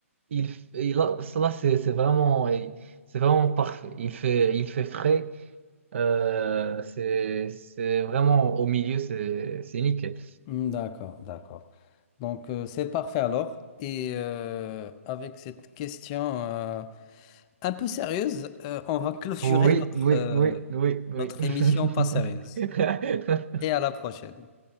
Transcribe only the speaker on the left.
Hmm, D'accord, d'accord. Donc euh, c'est parfait alors. Et euh, avec cette question euh, un peu sérieuse, euh, on va clôturer
notre,
euh,
notre
émission pas sérieuse. Et à la prochaine.